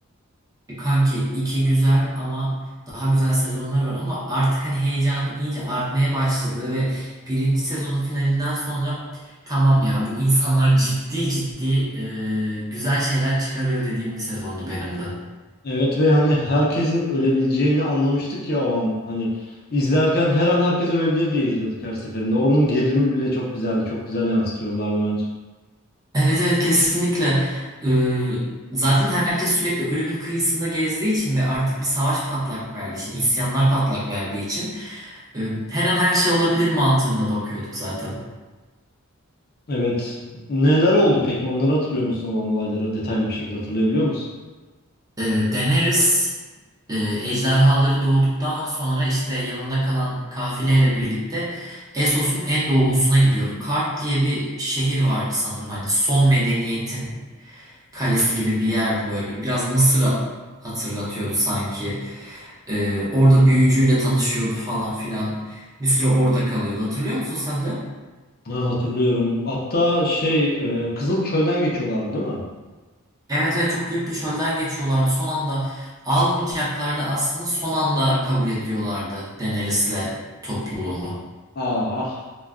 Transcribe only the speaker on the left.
Evet ve hani herkesin ölebileceğini anlamıştık ya o an. Hani izlerken her an herkes ölebilir diye izliyorduk her seferinde. Onun gerilimi bile çok güzeldi. Çok güzel yansıtıyorlardı bence.
Evet. Neler oldu peki? Onları hatırlıyor musun olan olayları? Detaylı bir şekilde hatırlayabiliyor musun?
Ha, hatırlıyorum. Hatta şey, e, Kızıl Çöl'den geçiyorlardı değil mi?
Ah ah.